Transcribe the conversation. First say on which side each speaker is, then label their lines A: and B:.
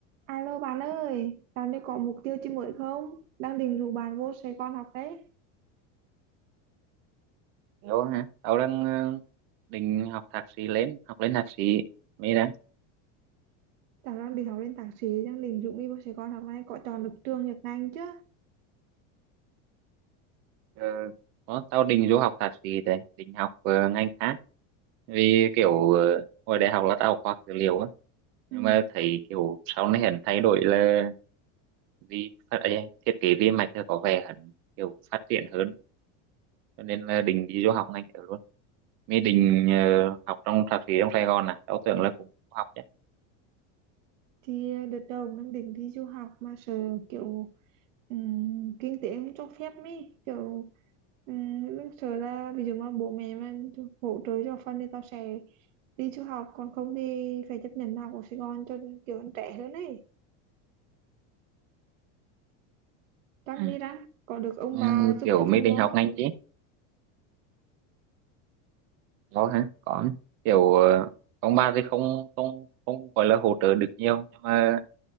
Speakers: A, on the right (about 80°); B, on the right (about 30°).
A: Alo bạn ơi, dạo này có mục tiêu chi mới không? Đang định rủ bạn vô Sài Gòn học đấy.
B: Hiểu hả? Tao đang ờ, định học thạc sĩ lên, học lên thạc sĩ. Mới đã.
A: Cháu đang định học lên thạc sĩ, đang định rủ mi vô Sài Gòn học này, có chọn được trường nhật ngành chứ?
B: Ờ, có, tao định du học thạc sĩ đấy, định học ờ, ngành khác. Vì kiểu ờ, hồi đại học là tao học khoa học dữ liệu á.
A: Ừ,
B: Nhưng mà thấy kiểu sau này hẳn thay đổi là vì phát, ấy, thiết kế vi mạch thì có vẻ hẳn kiểu phát triển hơn. Cho nên là định đi du học ngành ở luôn. Mới định ờ, học trong thạc sĩ trong Sài Gòn à. Tao tưởng là cũng học chứ.
A: thì đợt đầu đang định đi du học mà sợ kiểu ừm, kinh tế không cho phép mi kiểu um, đang sợ là ví dụ mà bố mẹ mà hỗ trợ cho phần thì tao sẽ đi du học, còn không thì phải chấp nhận học ở Sài Gòn cho kiểu anh trẻ hơn ấy. Răng
B: Ừ.
A: mi răng, có được ông
B: Ừ,
A: bà giúp
B: kiểu
A: cho phần
B: mới định
A: bố?
B: học ngành chứ. Có hả? Có. Kiểu ờ, ông bà thì không không không gọi là hỗ trợ được nhiều nhưng mà